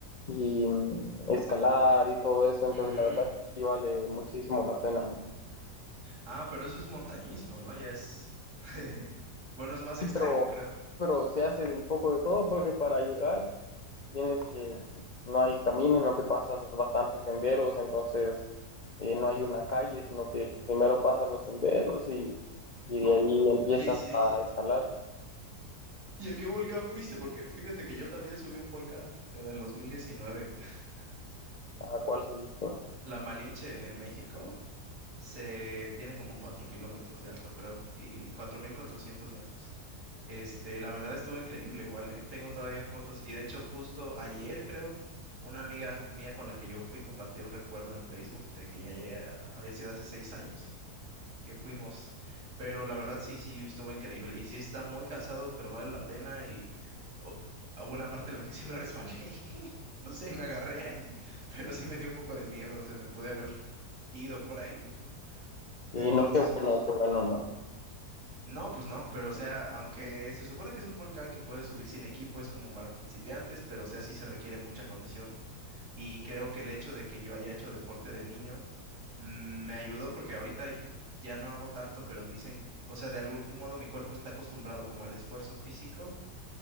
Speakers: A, on the left; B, on the right.
A: y, mm, escalar y todo eso, entonces
B: Ujú.
A: la verdad que sí vale muchísimo la pena, ¿no?
B: Ah, pero eso es montañismo, ¿no? Ya es... <laughs> Bueno, es más
A: Sí,
B: extremo,
A: pero
B: creo.
A: pero se hace de un poco de todo porque para llegar tienes que, no hay caminos, lo que pasas bastantes senderos, entonces eh, no hay una calle, sino que primero pasas los senderos y, y de ahí empiezas
B: Sí, sí.
A: a escalar
B: ¿Y a qué volcán fuiste? Porque fíjate que yo también subí a un volcán en el 2019. <laughs>
A: a cuál subiste.
B: La Malinche en México se tiene como 4 kilómetros de alto, creo, y 4.400 metros. Este, la verdad estuvo increíble igual, ¿eh? Tengo todavía fotos. Y de hecho, justo ayer, creo, una amiga mía con la que yo fui compartió un recuerdo en Facebook de que ya, ya había sido hace seis años que fuimos. Pero la verdad sí, sí, estuvo increíble. Y sí está muy cansado, pero vale la pena. Y o- hubo una parte en la que sí me resbalé. <laughs> O sea, y me agarré ahí, pero sí me dio un poco de miedo. O sea, me pude haber ido por ahí.
A: Y
B: Entonces,
A: no, qué bueno, qué bueno, no.
B: no, pues no, pero o sea, aunque se supone que es un volcán que puedes subir sin equipo, es como para principiantes, pero o sea, sí se requiere mucha condición. Y creo que el hecho de que yo haya hecho deporte de niño mm, me ayudó porque ahorita y- ya no hago tanto, pero dicen, o sea, de algún modo mi cuerpo está acostumbrado como al esfuerzo físico.